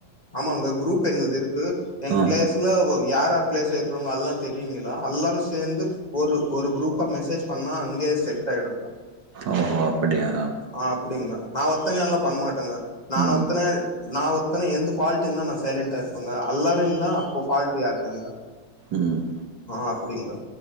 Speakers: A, on the left; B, on the right.
A: ஆமாங்க குரூப் எங்களது இருக்கு எங்
B: ம்
A: பிளேயர்ஸ் ல ஒ யார் ஆரு பிளேஸ்ல இருக்குறவுங்க அல்லா தெரியுங்களா அல்லாரு சேந்து ஒரு ஒரு குரூப்பா மெசேஜ் பண்ணா அங்கே செட் ஆயிடுங்க
B: ஓ ஹோ அப்டியா
A: ஆ அப்படிங்ளா நா ஒத்தனே எல்லா பண்ணமாட்டேங்க நா
B: ம்
A: ஒத்தனே நா ஒத்தனே எந்த ஃபால்ட் இருந்தா நா சைலன்டா இருப்பேங்க அல்லாரு இந்தா அப்போ ஃபால்ட் யாருதுங்க
B: ம்
A: ஆ அப்பிடிங்களா